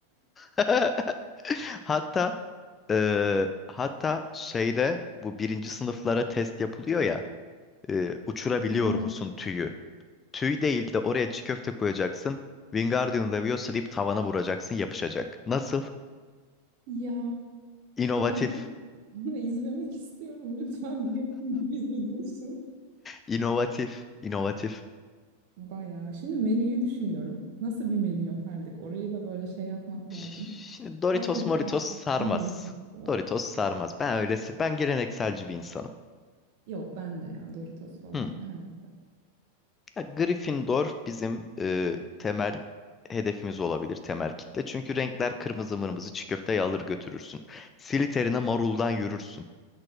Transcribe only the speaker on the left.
<laughs> Hatta e, hatta şeyde bu birinci sınıflara test yapılıyor ya e, uçurabiliyor
musun tüyü? Tüy değil de oraya çiğ köfte koyacaksın. Wingardium Leviosa deyip tavana vuracaksın yapışacak. Nasıl?
İnovatif.
İnovatif. İnovatif.
Şimdi
Doritos
Moritos sarmaz.
Doritos sarmaz. Ben öylesi. Ben gelenekselci bir insanım.
Hı.
Ya, Gryffindor bizim e, temel hedefimiz olabilir. Temel kitle. Çünkü renkler kırmızı mırmızı çiğ köfteyi alır götürürsün. Slytherin'e maruldan yürürsün.